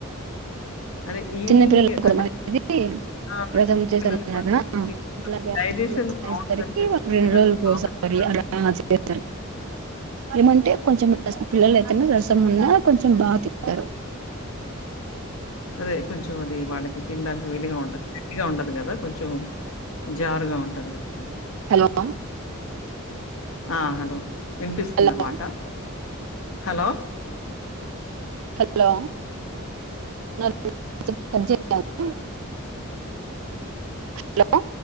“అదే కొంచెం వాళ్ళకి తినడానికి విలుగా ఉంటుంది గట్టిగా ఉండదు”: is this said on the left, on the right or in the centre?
Left